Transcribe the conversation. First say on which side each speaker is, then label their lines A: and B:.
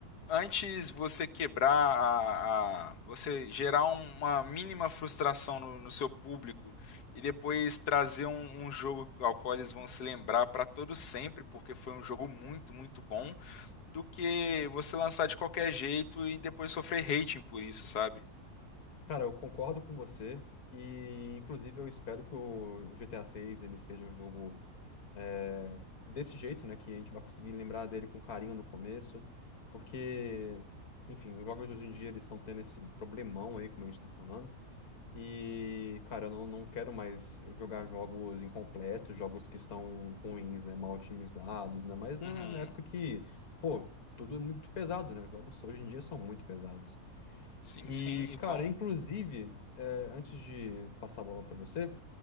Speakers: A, on the left; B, on the left.
A: antes você quebrar a, a- você gerar um, uma mínima frustração no, no seu público e depois trazer um, um jogo ao qual eles vão se lembrar para todo sempre, porque foi um jogo muito, muito bom, do que você lançar de qualquer jeito e depois sofrer hating por isso, sabe?
B: Cara, eu concordo com você. E, inclusive, eu espero que o GTA VI ele seja um jogo é, desse jeito, né? Que a gente vai conseguir lembrar dele com carinho no começo. Porque, enfim, os jogos hoje em dia eles estão tendo esse problemão aí, como a gente tá falando. E, cara, eu não, não quero mais jogar jogos incompletos, jogos que estão ruins, né? Mal otimizados, ainda mais na,
A: Uhum.
B: na época que, pô, tudo é muito pesado, né? Jogos hoje em dia são muito pesados.
A: Sim,
B: E,
A: sim. E
B: cara,
A: com.
B: inclusive, é, antes de passar a bola pra você,